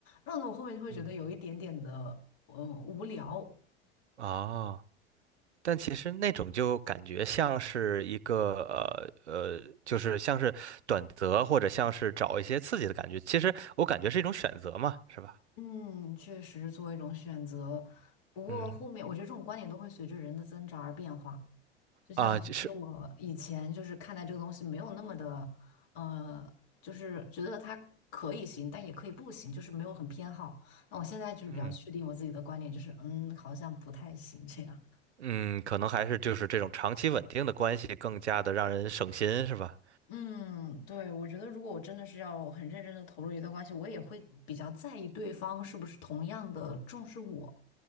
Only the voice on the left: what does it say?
那我后面就会觉得有一点点的，
嗯，无聊。
嗯，确实是作为一种选择，不过后面我觉得这种观点都会随着人的增长而变化。
就像其实我以前就是看待这个东西没有那么的，
呃，就是觉得它可以行，但也可以不行，就是没有很偏好。那我现在就是比较确定我自己的观点，
就是嗯，好像不太行这样。<laughs>
嗯，对，我觉得如果我真的是要很认真的投入一段关系，我也会比较在意对方是不是同样的重视我。